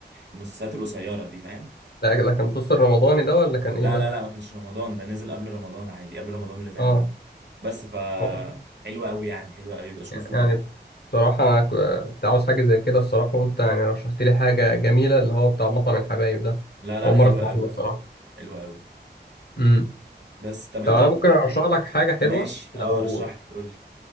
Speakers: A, on the right; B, on the left.
A: المسلسلات القصيرة دي فاهم
B: لا ده كان مسلسل رمضاني ده ولا كان ايه
A: لا
B: ده؟
A: لا لا ما كانش رمضان ده نزل قبل رمضان عادي قبل رمضان اللي فات
B: اه
A: ده بس ف
B: هو-
A: حلو قوي يعني حلو قوي بشوفه
B: يعني
A: برضو
B: بصراحة أنا ك- كنت عاوز حاجة زي كده الصراحة وأنت يعني رشحت لي حاجة جميلة اللي هو بتاع مطعم الحبايب ده
A: لا لا
B: أول
A: حلو
B: مرة أسمع
A: قوي
B: عنه الصراحة
A: حلو قوي
B: امم
A: بس طب انت
B: طب أنا ممكن أرشح لك حاجة حلوة
A: ماشي
B: لو
A: اه رشح لي قول لي